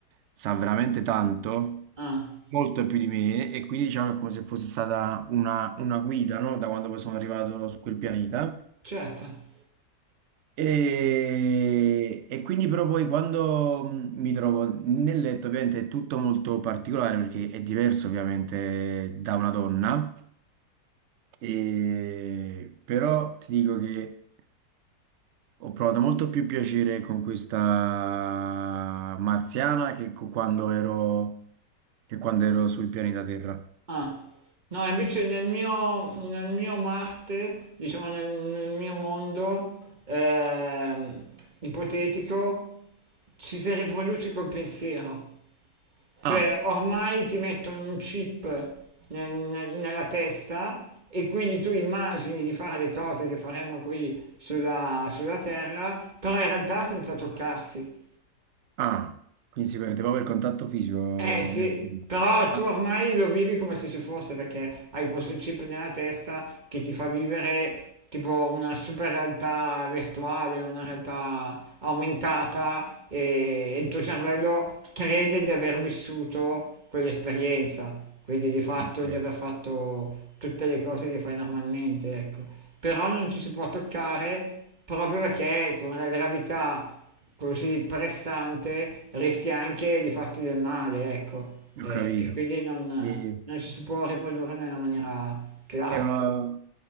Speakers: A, on the right; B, on the right.
A: sa veramente tanto,
B: Ah,
A: molto più di me, e quindi diciamo è come se fosse stata una, una guida, no? Da quando poi sono arrivato su quel pianeta.
B: certo.
A: E, e quindi però poi quando mh, mi trovo nel letto, ovviamente è tutto molto particolare perché è diverso ovviamente da una donna, e, però ti dico che ho provato molto più piacere con questa marziana che co- quando ero, che quando ero sul pianeta Terra.
B: Ah. No, invece nel mio, nel mio Marte, diciamo nel, nel mio mondo ehm, ipotetico, ci si riproduce col pensiero. Cioè,
A: Ah,
B: ormai ti mettono un chip nel- nel- nella testa e quindi tu immagini di fare le cose che faremo qui sulla, sulla Terra, però in realtà senza toccarsi.
A: ah, quindi si perde proprio il contatto fisico.
B: Eh sì,
A: nel-
B: però
A: Ah,
B: tu ormai lo vivi come se ci fosse perché hai questo chip nella testa che ti fa vivere tipo una super realtà virtuale, una realtà aumentata e e il tuo cervello crede di aver vissuto quell'esperienza, quindi di fatto
A: ok,
B: di aver fatto tutte le cose che fai normalmente, ecco. Però non ci si può toccare proprio perché con la gravità così pressante rischi anche di farti del male, ecco, e,
A: ho capito.
B: e quindi non,
A: E-
B: non ci si può riprodurre nella maniera classica.
A: E una- ho